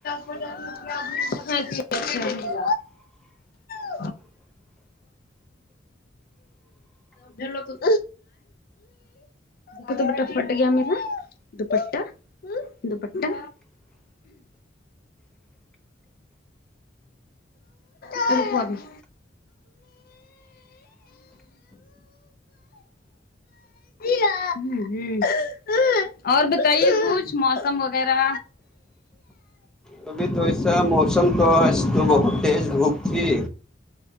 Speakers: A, on the left; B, in the centre.
A: اچھا اچھا <inaudible> ڈ تو تو کت بٹا پٹ گ میرا دوپٹا دوپٹا تو کوو بھی ہ ہ ہ اور بتائیے کچھ موسم وغیرہ
B: کبھی تو ایسا موسم تو اس تو بہت تیز دھوپ تھی